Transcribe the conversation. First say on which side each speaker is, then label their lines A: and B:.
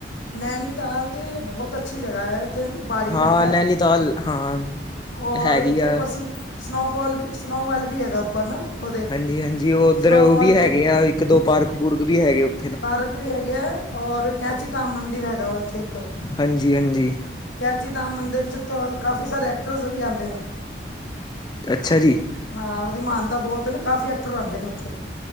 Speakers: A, on the left; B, on the left.
A: ਨੈਨੀਤਾਲ ਤੇ ਬਹੁਤ ਅੱਛੀ ਜਗ੍ਹਾ ਹੈ ਉੱਥੇ। ਪਹਾੜੀ ਇਲਾਕਾ
B: ਹਾਂ ਨੈਨੀਤਾਲ
A: ਹੈ,
B: ਹਾਂ
A: ਔਰ
B: ਹੈਗੀ
A: ਉੱਥੇ
B: ਆ
A: ਉਪਰ। ਸਨੋਫ਼ਾਲ ਵੀ ਸਨੋਫਾਲ ਵੀ ਹੈਗਾ ਉੱਪਰ ਨਾ। ਉਹਦੇ
B: ਹਾਂਜੀ ਹਾਂਜੀ ਉਹ ਉੱਧਰ
A: ਸਨੋਫਾਲ
B: ਉਹ ਵੀ ਹੈਗੇ
A: ਹੈ
B: ਆ, ਇੱਕ ਦੋ ਪਾਰਕ ਪੂਰਕ ਵੀ ਹੈਗੇ ਉਪਰ।
A: ਪਾਰਕ ਵੀ ਹੈਗੇ ਆ ਔਰ ਕੈਚੀ ਧਾਮ ਮੰਦਿਰ ਹੈਗਾ ਵਾ ਇੱਥੇ ਇੱਕ।
B: ਹਾਂਜੀ ਹਾਂਜੀ।
A: ਕੈਚੀ ਧਾਮ ਮੰਦਿਰ 'ਚ ਤਾਂ ਕਾਫੀ ਸਾਰੇ ਐਕਟਰਸ ਵੀ ਆਉਂਦੇ ਨੇ।
B: ਅੱਛਾ ਜੀ।
A: ਹਾਂ, ਉਹਦੀ ਮਾਨਤਾ ਬਹੁਤ ਨਾ, ਕਾਫੀ ਐਕਟਰ ਆਉਂਦੇ ਨੇ ਉੱਥੇ